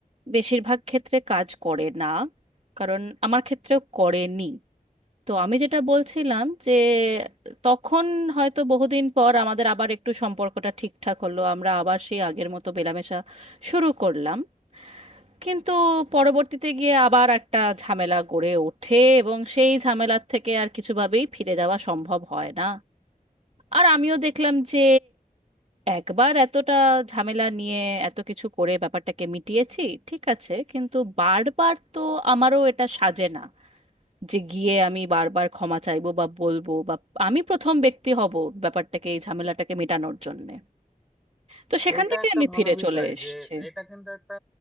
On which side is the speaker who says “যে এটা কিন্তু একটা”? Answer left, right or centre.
Centre